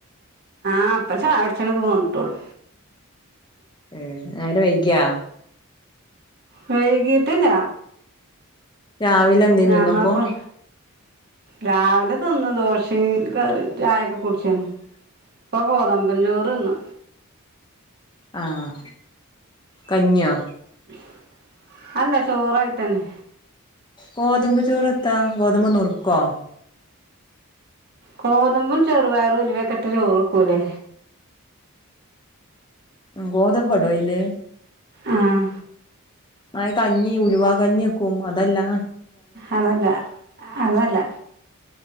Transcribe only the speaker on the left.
ഉം നേരം വൈകിയ
രാവിലെ എന്തേനി
തിന്നപ്പോ
ആഹ് കഞ്ഞിയോ?
ഗോതമ്പ് ചോറ് എത്താ? ഗോതമ്പ് നുറുക്കോ.
ഗോതമ്പ് ഇടോ അയില്?
ആഹ് കഞ്ഞി ഉലുവാ കഞ്ഞി വെക്കും അതല്ലാ